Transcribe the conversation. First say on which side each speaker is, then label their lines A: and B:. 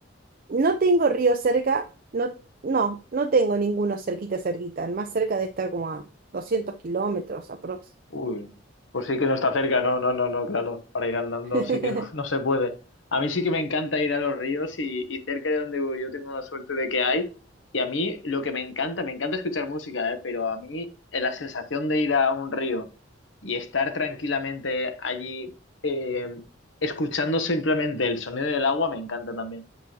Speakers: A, on the right (about 50°); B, on the left (about 75°).
A: No tengo río cerca, no, no, no tengo ninguno cerquita, cerquita. El más cerca de estar como a 200 kilómetros aprox.
B: Uy, pues sí que no está cerca, no, no, no, no, claro, para ir andando
A: <laughs>
B: sí que <laughs> no, no se puede. A mí sí que me encanta ir a los ríos y, y cerca de donde vivo yo tengo la suerte de que hay. Y a mí lo que me encanta, me encanta escuchar música, ¿eh? Pero a mí eh, la sensación de ir a un río y estar tranquilamente allí eh, escuchando simplemente el sonido del agua me encanta también.